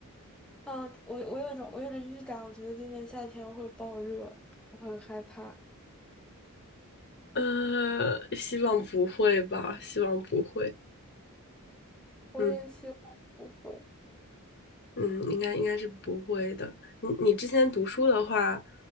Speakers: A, in the centre; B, on the left.
A: 嗯、我我有一种我有点预感，我觉得今年夏天会爆热，我很害怕。
B: 呃，希望不会吧，希望不会。
A: 我也希望不会，
B: 嗯嗯，应该应该是不会的。你你之前读书的话，